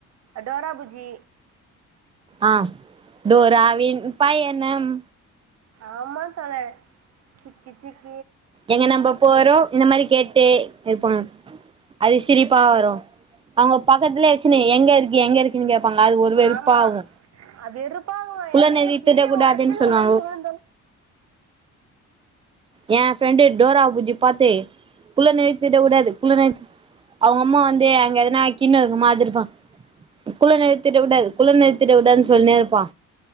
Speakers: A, on the right (about 55°); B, on the right (about 20°).
A: டோரா புஜ்ஜி
B: ஆஹ் டோராவின் பயணம்
A: ஆமா தோழர் சிக்கிச் சிக்
B: எங்க நம்ம போறோ இந்த மாரி கேட்டே இருப்பாங்க அது சிரிப்பா வரு அவங்க பக்கத்துலயே வச்சுனு எங்க இருக்கு எங்க இருக்குனு கேப் பாங்க அது ஒரு வெறுப்பாவு
A: ஆமா அது வெறுப் பா வரு
B: குள்ள
A: எனக்கு
B: நெறி
A: டீவிய
B: திட்டக்கூடாதுன்னு
A: ஒடச்சுர்லானு
B: சொல்லுவாங்க
A: தோணு
B: என் ஃப்ரெண்டு டோரா புஜ்ஜி பாத்து குள்ள நரி திருடக் கூடாது குள்ள நரி அவுங்க அம்மா வந்து அங்க எதனா கின்ன இருக்க மாதிரி இருக்கு குள்ள நரி திருடக் கூடாது குள்ள நரி திருடக் கூடாதுனு சொல்லினே இருப்பா